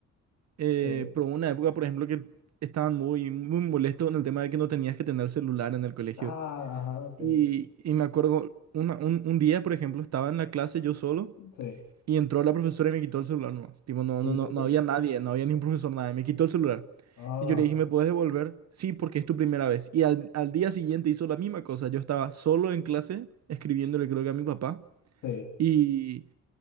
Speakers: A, on the right; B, on the left.
A: eh,
B: Sí.
A: pero hubo una época, por ejemplo, que estaban muy, muy molestos con el tema de que no tenías que tener celular en el colegio.
B: Ah, ajá, sí.
A: Y, y me acuerdo, una- un, un día, por ejemplo, estaba en la clase yo solo
B: Sí.
A: Y entró la profesora y me quitó el celular nomás. Tipo, no,
B: Te
A: no,
B: quitó
A: no,
B: el
A: no
B: celular.
A: había nadie, no había ni un profesor, nadie. Me quitó el celular.
B: Ah,
A: Y yo le dije, ¿me puedes devolver? Sí, porque es tu primera vez. Y al, al día siguiente hizo la misma cosa. Yo estaba solo en clase, escribiéndole creo que a mi papá.
B: sí.
A: Y,